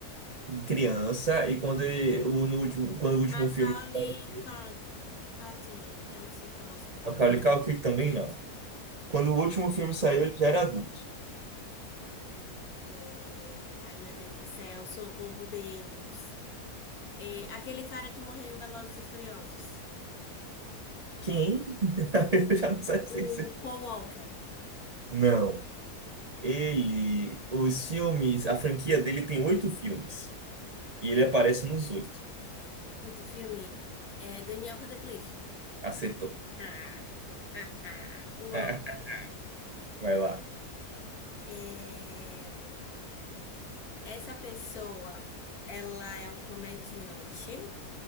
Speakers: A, on the right (about 80°); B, on the left (about 65°).
A: criança, e quando, ele- o, no último, quando o último
B: Macaulay
A: filme. saiu,
B: Car- Courtney. Eu não sei falar sobre o
A: Macaulay
B: sobrenome
A: Culkin também
B: dele.
A: não.
B: Isso.
A: Quando o último filme saiu, ele já era adulto.
B: É, Ai, meu Deus do céu, socorro, Deus. É, aquele cara que morreu em Velozes e Furiosos.
A: Quem? <laughs> Eu já não sei
B: O
A: se.
B: Paul Walker.
A: Não. Ele, os filmes, a franquia dele tem oito filmes. E ele aparece nos oito.
B: Oito filme. É Daniel Radcliffe.
A: Acertou.
B: Ah, <laughs> um
A: <laughs>
B: a um.
A: Vai lá.
B: É, Essa pessoa, ela é um comediante,